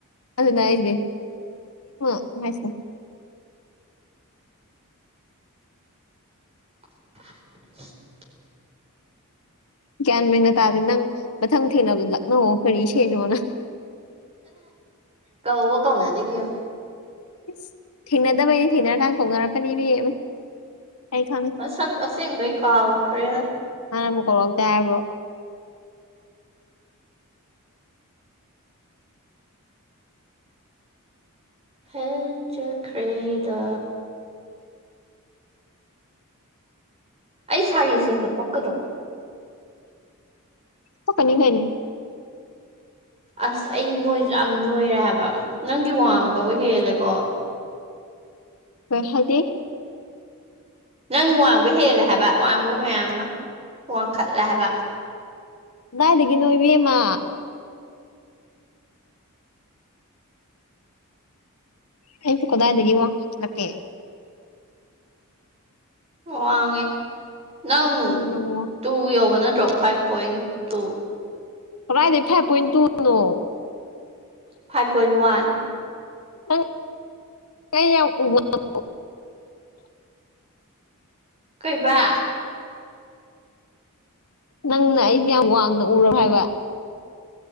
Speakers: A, on the left (about 75°); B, on the right (about 30°).
A: ꯑꯗꯨꯅꯦ ꯍꯥꯏꯖꯦ <unintelligible>
B: <unintelligible>
A: ꯒ꯭ꯌꯥꯟ ꯃꯦꯟꯒ ꯇꯥꯗꯦ ꯅꯪ ꯃꯊꯪ ꯊꯦꯡꯅꯕꯗ ꯂꯛꯅꯧꯋꯣ ꯀꯔꯤ ꯏꯁꯩꯅꯣꯅ꯫
B: ꯀꯧꯕꯧ ꯀꯧꯅꯗꯦ ꯏꯕꯦꯃ꯫
A: ꯏꯁ ꯊꯦꯡꯅꯗꯕꯩ ꯊꯦꯡꯅꯔꯀꯥꯟꯗ ꯀꯧꯅꯔꯛꯀꯅꯤ ꯏꯕꯦꯝꯃ꯫ ꯑꯩ ꯈꯪꯉꯤ
B: ꯃꯁꯛ ꯑꯁꯦꯕꯩ ꯀꯥꯎ ꯒꯔꯦ꯫
A: ꯃꯥꯟꯅꯕꯨ ꯀꯧꯔꯛꯇꯦ ꯍꯥꯏꯕ꯭ꯔꯣ꯫
B: ꯍꯦꯜ ꯆꯠꯈ꯭ꯔꯦꯗ꯫ ꯑꯩ ꯁꯥꯔꯤꯁꯦꯠꯄ ꯄꯛꯀꯗ꯭ꯔꯣ꯫
A: ꯄꯛꯀꯅꯤ ꯀꯩꯅꯣ꯫
B: ꯑꯁ ꯑꯩ ꯅꯣꯏꯖꯨ ꯌꯥꯝ ꯅꯣꯏꯔꯦ ꯍꯥꯏꯕ ꯅꯪꯗꯤ ꯋꯥꯡꯕꯕꯨ ꯍꯦꯜꯂꯦꯀꯣ꯫
A: <unintelligible>
B: ꯅꯪ ꯋꯥꯡꯕ ꯍꯦꯜꯂꯦ ꯍꯥꯏꯕ ꯋꯥꯡꯕ ꯃꯌꯥꯝꯃ ꯋꯥꯡꯈꯠꯂꯦ ꯍꯥꯏꯕ꯫
A: ꯀꯗꯥꯏꯗꯒꯤꯅꯣ ꯏꯕꯦꯝꯃ꯫ ꯑꯩꯕꯨ ꯀꯗꯥꯥꯏꯗꯒꯤ ꯋꯥꯡꯈꯠꯂꯛꯀꯦ꯫
B: ꯋꯥꯡꯉꯦ ꯅꯪ
A: ꯎꯝ ꯑꯃꯨꯛ
B: ꯇꯨ ꯌꯧꯕ ꯅꯠꯇ꯭ꯔꯣ ꯐꯥꯏꯕ ꯄꯣꯏꯟ ꯇꯨ꯫
A: ꯀꯔꯥꯏꯗꯗꯤ ꯐꯥꯏꯕ ꯄꯣꯏꯟ ꯇꯨꯅꯣ꯫
B: Five point one.
A: ꯅꯪ <unintelligible>
B: ꯀꯩꯕ꯫
A: ꯅꯪꯅ ꯑꯩꯗꯤ ꯌꯥꯝ ꯋꯥꯡꯅ ꯑꯨꯔꯕ ꯍꯥꯏꯕ꯫